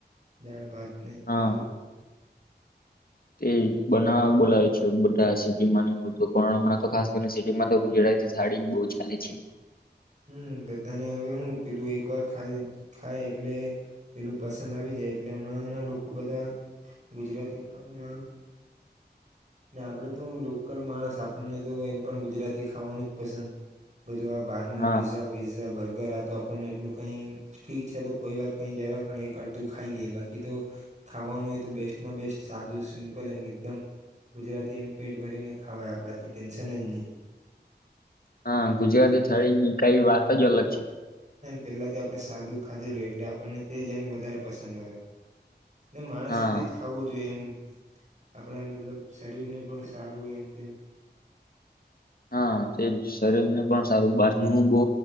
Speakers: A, on the right; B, on the left.
A: દાળ ભાત ને બધું.
B: હા તે બનાવા બોલાવે છે બ સિટીમાં ને બધું પણ હમણાં તો ખાસ કરીને સિટીમાં તો ગુજરાતી થાળી જ બહુ ચાલે છે.
A: હમ બધાને હવે હું પેલું એક વાર ખાય એટલે પેલું પસંદ આવી જાય એટલે હમણાંના લોકો બધા ગુજરાતી ખાવામાં ને આપડે તો હુ લોકલ માણસ આપણને તો એમ પણ ગુજરાતી ખાવાનું જ પસંદ બધું આ બહારનું
B: હા
A: પીઝા વિઝા બર્ગર આ તો પણ એટલું કઈ ઠીક છે તો કોઈ વાર કઈ જરાખ એક અડધું ખાઈ લઈએ બાકી તો ખાવાનું હોય તો બેસ્ટમાં બેસ્ટ સાદું સિમ્પલ એમ એકદમ ગુજરાતી એમ પેટ ભરીને ખાવાય આપણાથી ટેન્શન જ નહી.
B: હા. ગુજરાતી થાળીની કઈ વાત જ અલગ છે.
A: પેલાથી આપડે સાદું ખાધેલું એટલે આપણને તે જ એમ વધારે પસંદ આવે. ને માણસે
B: હા
A: તેજ ખાવું જોઈએ એમ આપણા મતલબ શરીર ને પણ સારું એમ તેમ.
B: હા તે શરીર ને પણ સારું બહારનું બો